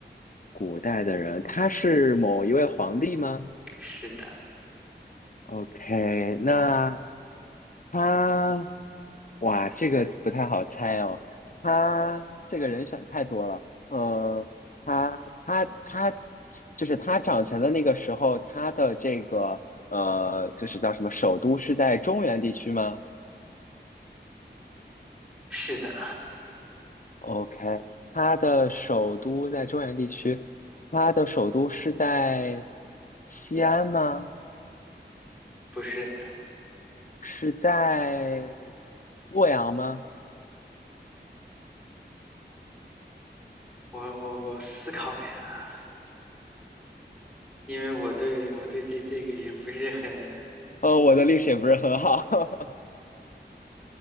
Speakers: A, on the left; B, in the centre.
A: 古代的人，他是某一位皇帝吗
B: 是的，
A: ？OK，那他，哇，这个不太好猜哦。他这个人选太多了。嗯，他他他，就是他掌权的那个时候，他的这个呃，就是叫什么，首都是在中原地区吗？
B: 是的。
A: OK，它的首都在中原地区，它的首都是在西安吗？
B: 不是，
A: 是在洛阳吗？
B: 我我我思考一下，因为我对我对这这个也不是很
A: 呃，我的历史也不是很好。<laughs>